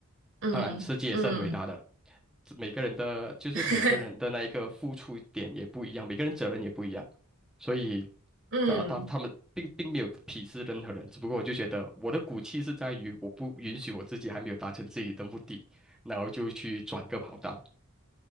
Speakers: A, on the right (about 60°); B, in the centre.
A: 嗯嗯
B: 当然，世界也是很伟大的，每个人的就是每个人的那一个付出点也不一样，
A: <laughs>
B: 每个人责任也不一样，所以
A: 嗯。
B: 他他他们并并没有鄙视任何人，只不过我就觉得我的骨气是在于我不允许我自己还没有达成自己的目的，然后就去转个跑道，